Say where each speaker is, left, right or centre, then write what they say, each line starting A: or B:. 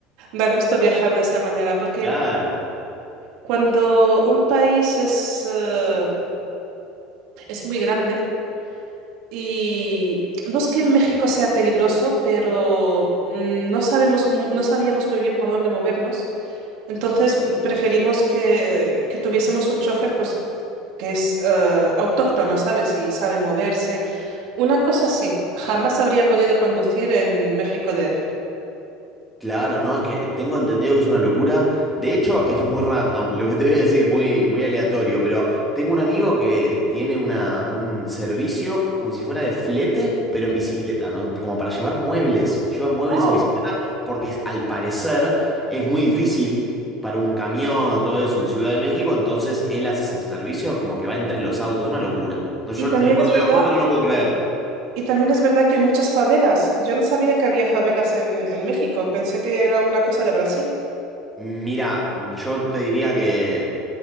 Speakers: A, on the right; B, in the centre.
A: Da gusto viajar de esa manera porque
B: Claro.
A: Cuando un país es, eh, es muy grande y no es que México sea peligroso, pero mm, no sabemos, mu- no sabíamos muy bien por dónde movernos. Entonces mm, preferimos que, que tuviésemos un chofer pues, que es eh, autóctono, ¿sabes? Y sabe moverse. Una cosa sí, jamás habría podido conducir en México DF.
B: Claro, no, es que tengo entendido que es una locura. De hecho, esto es muy random, lo que te voy a decir, muy, muy aleatorio, pero tengo un amigo que tiene una, un servicio como si fuera de flete, pero
A: Ujú.
B: en bicicleta, ¿no? Como para llevar muebles. Lleva muebles
A: Oh,
B: en bicicleta porque es- al parecer es muy difícil para un camión o todo eso en Ciudad de México, entonces él hace ese servicio como que va entre los autos, es una locura. No, yo
A: y también
B: no- cuando
A: es verdad,
B: veo fotos no lo puedo creer.
A: Y también es verdad que hay muchas favelas. Yo no sabía que había favelas en, en México, pensé que era una cosa de Brasil.
B: Mira, yo te diría que...